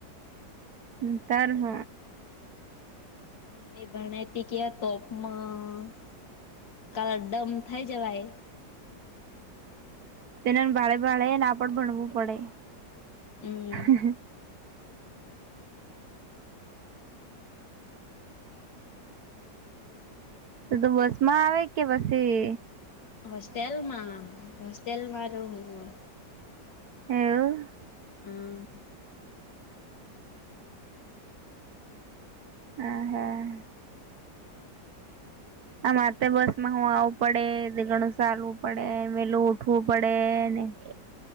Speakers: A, on the right; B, on the left.
A: હ તાર હ.
B: નની ભણતી કેવાય તોપમાં કાળા ડમ થઇ જવાય.
A: તેના ભાળે ભાળે નાપડ ભણવું પડે.
B: હમ
A: હહ. તુ તો બસ માં આવે કે પછી.
B: હોસ્ટેલમાં હોસ્ટેલમા રહું હું.
A: એવુ.
B: હા.
A: હમ હા. આ મારે તો બસ માં હું આવું પડે ઘણું ચાલવું પડે વેલું ઉઠવું પડે ને. હ.